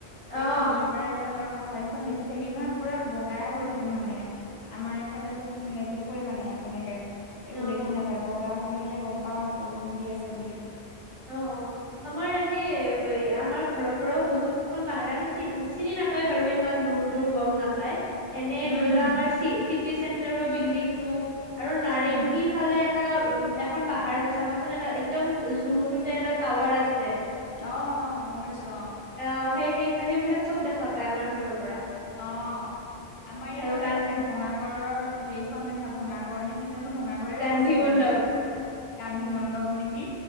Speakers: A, on the right; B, on the left.
A: অ
B: এই কাহিলী পাৰা এইফালৰ পাহাৰকেইখন দেখি থাকি নহয় পুৰা বগাই হৈ থাকে মানে আমাৰ এইফালে তো নেদেখোৱে মানে এনেকে। একো
A: অ
B: দেখি নাপায় বগা হৈ থাকিলে গম পাওঁ বৰষুণ দি আছে বুলি।
A: অ আমাৰ এনে আমাৰ ঘৰৰ পৰাও বহুত কেইখন পাহাৰ আমি চ চিনি নাপ পাই বাৰু ইমান দূৰ দূৰ গম নাপ পায় এনে
B: উম,
A: ধৰি লোৱা
B: উম,
A: আমাৰ চি চিটি চেন্টাৰৰ বিল্ডিং টো। আৰু নাৰেংগী
B: উম,
A: ফালে এটা উ এখন পাহাৰ আছে চাবা। চোন এটা একদম জুংটোতে এটা টাৱাৰ আছে।
B: অ অ গমপাইছো অ
A: আহ সেই সেই সেইবিলাক চব দেখা পায় আমাৰ ঘৰৰ পৰা
B: অ আমাৰ এয়া
A: আৰু
B: পাওঁ দেখা
A: গান্ধী
B: পায় ভঙাগড়ৰৰ সেইখন দেখা ভঙাগৰ নে কিজানো ভঙাগৰে
A: গান্ধী
B: হ'ব চাগে
A: মণ্ডপ
B: সেইখন কান্ধি মণ্ডপ নেকি,